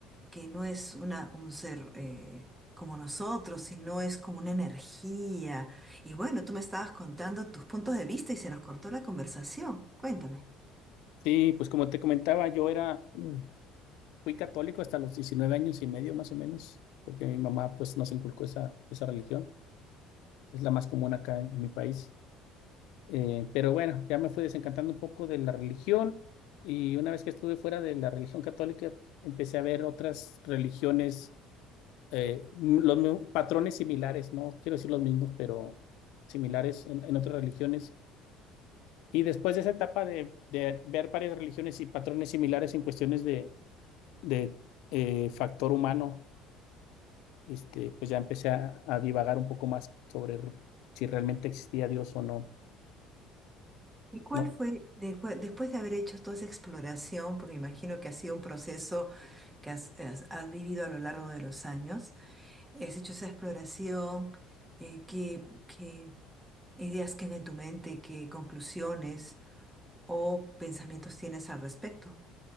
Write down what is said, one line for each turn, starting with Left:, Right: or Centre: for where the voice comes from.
Right: que no es una, un ser eh, como nosotros, sino es como una energía. Y bueno, tú me estabas contando tus puntos de vista y se nos cortó la conversación. Cuéntame.
Left: Sí, pues como te comentaba, yo era, mm, fui católico hasta los 19 años y medio más o menos, porque mi mamá pues nos inculcó esa, esa religión, es la más común acá en, mi país. Eh, pero bueno, ya me fui desencantando un poco de la religión y una vez que estuve fuera de la religión católica, empecé a ver otras religiones, eh, m- los mi- patrones similares, no quiero decir los mismos, pero similares en en otras religiones. Y después de esa etapa de, de ver varias religiones y patrones similares en cuestiones de, de, eh, factor humano, este, pues ya empecé a, a divagar un poco más sobre r- si realmente existía Dios o no.
Right: ¿Y cuál
Left: No.
Right: fue, después después de haber hecho toda esa exploración, porque imagino que ha sido un proceso que has, has- has vivido a lo largo de los años. Has hecho esa exploración, eh, qué, qué ideas quedan en tu mente, qué conclusiones o pensamientos tienes al respecto.